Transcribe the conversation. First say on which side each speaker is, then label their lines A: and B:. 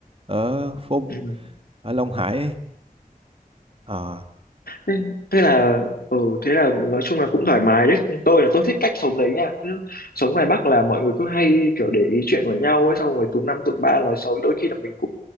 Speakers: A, on the right; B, on the left.
A: ở phố
B: ừ.
A: ở Long Hải ấy. ờ
B: thế, thế là ừ, thế là nói chung là cũng thoải mái đấy tôi là tôi thích cách sống đấy nha cứ sống ngoài Bắc là mọi người cứ hay kiểu để ý chuyện của nhau ấy xong rồi túm năm tụm ba nói xấu đôi khi là mình cũng